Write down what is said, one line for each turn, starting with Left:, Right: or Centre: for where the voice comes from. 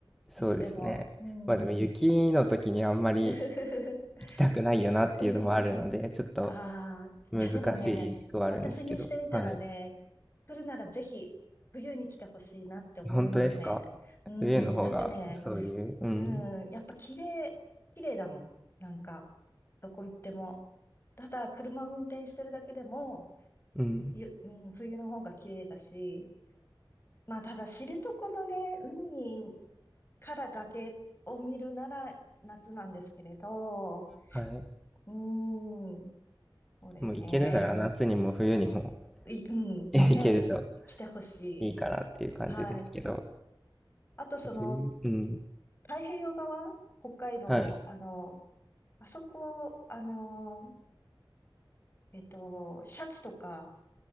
Centre: そうですね。
Left: いつでも。うん。
Centre: まあでも雪の時にあんまり
Left: <laughs>
Centre: 行きたくないよなっていうのもあるので、
Left: うん。
Centre: ちょっと
Left: ああ、いやでもね、
Centre: 難しくはあるんですけど。
Left: 私にしてみたらね、
Centre: はい。
Left: 来るならぜひ冬に来てほしいなって思いますね。
Centre: 本当ですか
Left: うん。
Centre: 冬の方が、
Left: だってね、
Centre: そういう、うん、
Left: うん、やっぱ綺麗、綺麗だもん。なんか、どこ行っても。ただ、車運転してるだけでも、
Centre: うん。
Left: ゆ、うん、冬の方が綺麗だし、まあ、ただ、知床のね、海から崖を見るなら夏なんですけれど、
Centre: はい。
Left: うん、そうですね。
Centre: もう行けるなら夏にも冬にも
Left: い、うん、
Centre: <laughs> 行けると
Left: ね、来てほしい。
Centre: いいかなっていう感じですけど。
Left: はい。あと、その、
Centre: 冬、うん。
Left: 太平洋側、北海道の、
Centre: はい。
Left: あの、あそこ、あの、えっと、シャチとか、